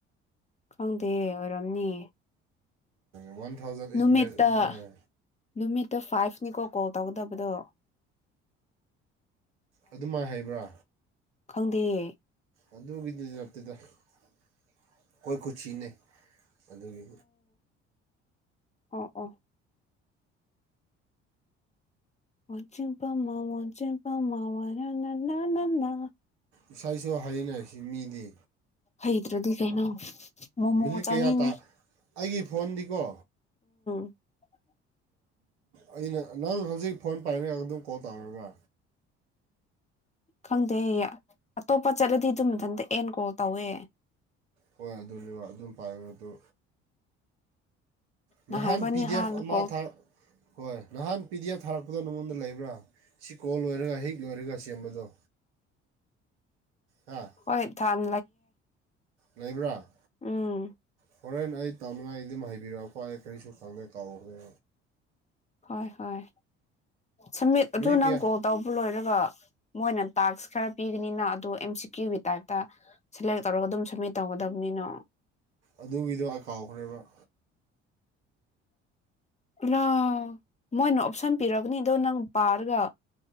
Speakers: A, on the left; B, on the right.
A: ꯈꯪꯗꯦ ꯑꯣꯏꯔꯝꯅꯤ
B: ꯎ ꯋꯥꯟ ꯊꯥꯎꯖꯟ ꯑꯩꯠ
A: ꯅꯨꯃꯤꯠꯇ
B: ꯍꯟꯗ꯭ꯔꯦꯠ ꯑꯗꯨꯃꯥꯏꯅ
A: ꯅꯨꯃꯤꯠꯇ ꯐꯥꯏꯚꯅꯤ ꯀ ꯀꯣꯜ ꯇꯧꯒꯗꯕꯗꯣ
B: ꯑꯗꯨꯃꯥꯏꯅ ꯍꯥꯏꯕ꯭ꯔꯥ
A: ꯈꯪꯗꯦꯦ
B: ꯑꯗꯨꯒꯤꯗꯨꯃꯛꯇꯗ ꯑꯩꯈꯣꯏ ꯀꯨꯁꯤꯅꯦꯩ ꯑꯗꯨꯒꯤ
A: ꯑ ꯑ ꯑꯣꯖꯦꯄꯥꯃ ꯑꯣꯖꯤꯟ ꯄꯃ ꯋꯥꯔ ꯅ ꯅꯅꯥ
B: ꯏꯁꯥ ꯏꯁ ꯍꯥꯏꯌꯦꯅ ꯁꯤ ꯃꯤꯗꯤ
A: ꯍꯩꯇ꯭ꯔꯗꯤ ꯀꯩꯅꯣ ꯃꯣꯃꯣ
B: ꯃꯤꯅꯤꯠ
A: ꯆꯥꯅꯤꯡꯉꯤ
B: ꯀꯌꯥ ꯇꯥ ꯑꯩꯒꯤ ꯐꯣꯟꯗꯤꯀꯣ
A: <unintelligible>
B: ꯑꯩꯅ ꯅꯪ ꯍꯧꯖꯤꯛ ꯐꯣꯟ ꯄꯥꯏꯔꯒ ꯑꯗꯨꯝ ꯀꯣꯜ ꯇꯧꯔꯒ
A: ꯈꯪꯗꯦ ꯑꯇꯣꯞꯄ ꯆꯠꯂꯗꯤ ꯑꯗꯨ ꯃꯊꯟꯇ ꯑꯦꯟ ꯀꯣꯜ ꯇꯧꯋꯦ
B: ꯍꯣꯏ ꯑꯗꯨꯝ ꯄꯥꯏꯕ ꯑꯗꯨ ꯅꯍꯥꯟ
A: ꯅꯍꯥꯟꯕꯅꯤ
B: ꯄꯤ ꯗꯤ
A: ꯍꯥꯟꯅ
B: ꯑꯦꯐ ꯑꯃ
A: ꯀꯣꯜ
B: ꯍꯣꯏ ꯅꯍꯥꯟ ꯄꯤ ꯗꯤ ꯑꯦꯐ ꯊꯥꯔꯛꯄ ꯈꯨꯗꯣ ꯃꯉꯣꯟꯗ ꯂꯩꯕ꯭ꯔꯥ ꯁꯤ ꯀꯣꯜ ꯂꯣꯏꯔꯒ ꯍꯤꯛ ꯂꯣꯏꯔꯒ ꯁꯦꯝꯕꯗꯣ ꯍꯥ
A: ꯍꯣꯏ ꯊꯥꯟ
B: ꯂꯩꯕ꯭ꯔꯥ
A: ꯑꯥ
B: ꯐꯣꯔꯦꯟ ꯑꯩꯠ ꯇꯥꯎꯅꯤꯡꯉꯥꯏꯒꯤ ꯑꯗꯨꯝ ꯍꯥꯏꯕꯤꯔꯛꯑꯣꯀꯣ ꯑꯩ ꯀꯔꯤꯁꯨ ꯈꯪꯗꯦ ꯀꯥꯎꯈ꯭ꯔꯦ
A: ꯍꯣꯏ ꯍꯣꯏ ꯁꯃꯤꯠ ꯑꯗꯨ
B: ꯃꯤ
A: ꯅꯪ
B: ꯀꯌꯥ
A: ꯀꯣꯜ ꯇꯧꯕ ꯂꯣꯏꯔ ꯑꯗꯨꯒ ꯃꯣꯏꯅ ꯇꯥꯛꯁ ꯈꯔ ꯄꯤꯒꯅꯤꯅ ꯑꯗꯨ ꯑꯦꯝ ꯁꯤ ꯀ꯭ꯌꯨꯒꯤ ꯇꯥꯏꯞꯇ ꯁꯦꯂꯦꯛ ꯇꯧꯔꯒ ꯑꯗꯨꯝ ꯁꯝꯃꯤꯠ ꯇꯧꯒꯗꯕꯅꯤꯅꯣ
B: ꯑꯗꯨꯒꯤꯗꯣ ꯑ ꯀꯥꯎꯈ꯭ꯔꯦꯕ
A: ꯂ ꯃꯣꯏ ꯍꯥꯞꯁꯟꯕꯤꯔꯒꯅꯤ ꯑꯗꯣ ꯅꯪ ꯄꯥꯔꯒ